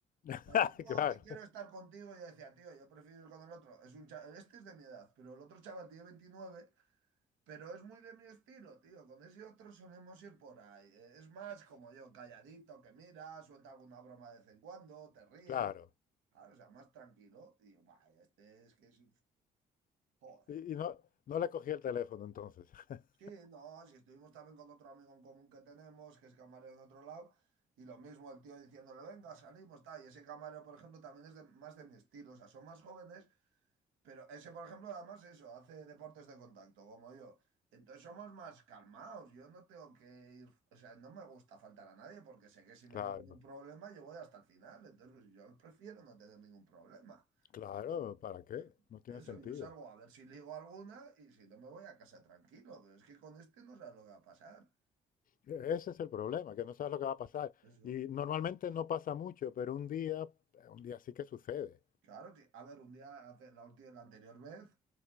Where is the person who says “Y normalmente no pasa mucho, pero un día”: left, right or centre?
Left